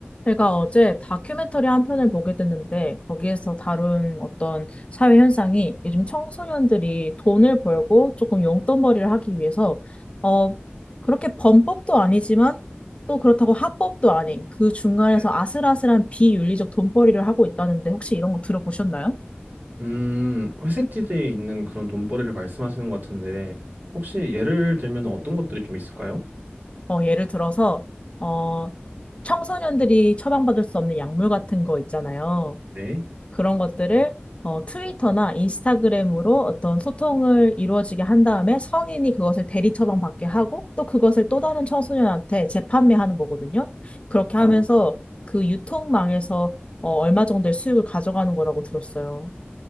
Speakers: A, on the left; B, on the right.
A: 제가 어제 다큐멘터리 한 편을 보게 됐는데 거기에서 다룬 어떤 사회 현상이 요즘 청소년들이 돈을 벌고 조금 용돈벌이를 하기 위해서 어 그렇게 범법도 아니지만 또 그렇다고 합법도 아닌 그 중간에서
B: 네.
A: 아슬아슬한 비윤리적 돈벌이를 하고 있다는데 혹시 이런 거 들어보셨나요?
B: 음, 회색지대에 있는 그런 돈벌이를 말씀하시는 것 같은데, 혹시 예를 들면 어떤 것들이 좀 있을까요?
A: 어 예를 들어서 어 청소년들이 처방받을 수 없는 약물 같은 거 있잖아요.
B: 네.
A: 그런 것들을 어, 트위터나 인스타그램으로 어떤 소통을 이루어지게 한 다음에 성인이 그것을 대리 처방받게 하고 또 그것을 또 다른 청소년한테 재판매하는 거거든요. 그렇게
B: 아,
A: 하면서 그 유통망에서 어, 얼마 정도의 수익을 가져가는 거라고 들었어요.